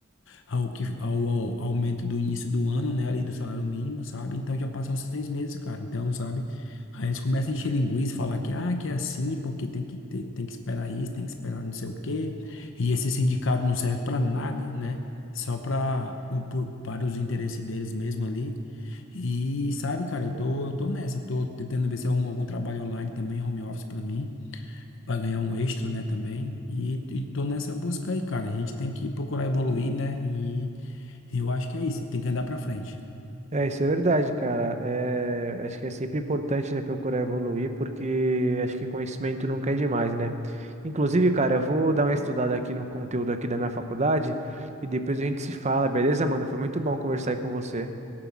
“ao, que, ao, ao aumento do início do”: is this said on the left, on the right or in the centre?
Left